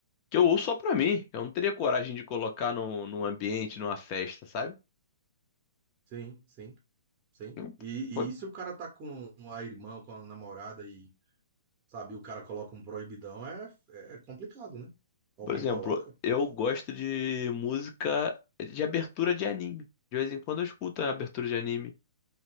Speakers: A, on the left (about 30°); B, on the right (about 25°).
A: Que eu ouço só pra mim. Eu não teria coragem de colocar num, num ambiente, numa festa, sabe?
B: sim, sim, sim.
A: Eu-
B: E,
A: por,
B: e se o cara tá com a irmã, com a namorada e, sabe, o cara coloca um proibidão, é, é complicado, né? Alguém
A: por exemplo,
B: coloca.
A: eu gosto de música de abertura de anime. De vez em quando eu escuto a abertura de anime.